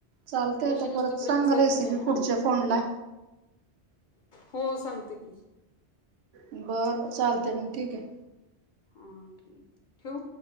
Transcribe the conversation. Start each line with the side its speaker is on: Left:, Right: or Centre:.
Right: चालतय
Left: ती
Right: आता
Left: अशी नुसती
Right: परत
Left: भजी
Right: सांग
Left: सारखी
Right: रेसिपी
Left: नाही हा
Right: पुढच्या फोनला.
Left: हो सांगते की‌.
Right: बर बर चालतय मग ठीक ए.
Left: हा ठीक ठेवू?